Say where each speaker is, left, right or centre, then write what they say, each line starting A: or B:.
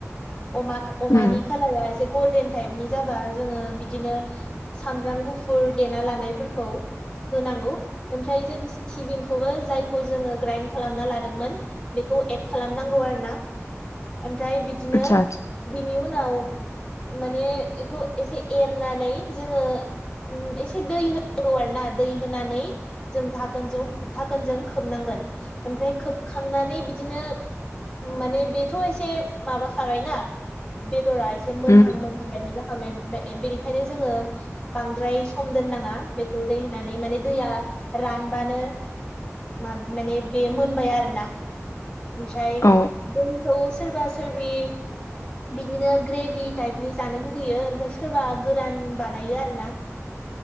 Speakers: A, on the left; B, on the left.
A: अमा अमानि
B: उम
A: खाालारा एसे गल्डेन टाइपनि जाबा जोङो बिदिनो सामब्राम गुफुर देना लानायफोरखौ होनांगौ ओमफ्राय जों सिबिंखौबो जायखौ जोङो ग्राइन्ड खालामना लादोंमोन बेखौ एड खालामनांगौ आरो ना ओमफ्राय बिदिनो
B: आतसा
A: बिनि उनाव माने बेखौ एसे एरनानै जोङो एसे दै होनांगौ आरो ना दै होनानै जों धोनजों गोनजों खोबनांगोन ओमफ्राय खोबखांनानै बिदिनो माने बेथ' एसे माबाखाबायना? बेदरा एसे मोनहां
B: उम
A: मोनहां बायनि जाखाबोन बेनिखायनो जोङो बांद्राय सम दोननाङा बेखौ दै होनानै माने दैया रानबानो म माने बे मोनबाय आरोना। ओफ्राय
B: औ
A: दोंथ सोरोर बासोरबि बिदिनो ग्रेभि टाइपनि जानो लुगैयो ओमफ्राय सोरबा गोरान बानायो आरो ना